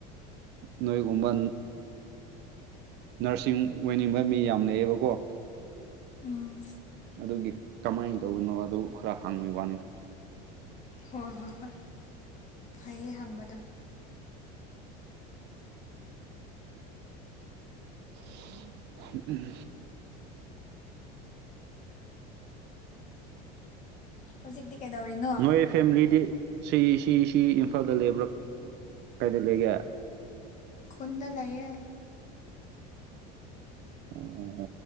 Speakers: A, on the right; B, on the left.
A: ꯅꯣꯏꯒꯨꯝꯕ ꯅꯔꯁꯤꯡ ꯑꯣꯏꯅꯤꯡꯕ ꯃꯤ ꯌꯥꯝ ꯂꯩꯌꯦꯕꯀꯣ
B: ꯎꯝ
A: ꯑꯗꯨꯒꯤ ꯀꯃꯥꯏꯅ ꯇꯧꯕꯅꯣ ꯑꯗꯨ ꯈꯔ ꯍꯥꯡꯕꯒꯤ ꯋꯥꯅꯤꯗ
B: ꯍꯣꯏ ꯍꯣꯏ ꯍꯣꯏ ꯐꯩꯌꯦ ꯍꯪꯕꯗꯪ
A: ꯎꯝ ꯎꯝ
B: ꯍꯧꯖꯤꯛꯇꯤ ꯀꯩꯗꯧꯔꯤꯅꯣ
A: ꯅꯣꯏ ꯐꯦꯃꯤꯂꯤꯗꯤ ꯁꯤ ꯁꯤ ꯁꯤ ꯏꯝꯐꯥꯜꯗ ꯂꯩꯕ꯭ꯔꯥ ꯀꯥꯏꯗ ꯂꯩꯒꯦ
B: ꯈꯨꯣꯟꯗ ꯂꯩꯌꯦ
A: ꯎꯝꯝ